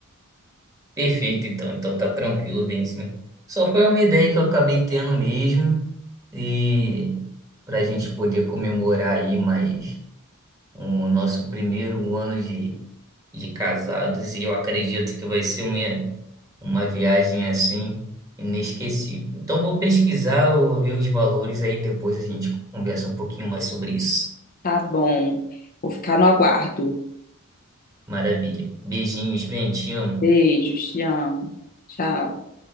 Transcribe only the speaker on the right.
Perfeito, então. Então tá tranquilo, Benzinho. Só foi uma ideia que eu acabei tendo mesmo e para a gente poder comemorar aí mais o nosso primeiro ano de, de casados e eu acredito que vai ser uma, uma viagem assim inesquecível. Então vou pesquisar, vou ver os valores aí depois a gente conversa um pouquinho mais sobre isso.
Maravilha. Beijinhos, bem, te amo.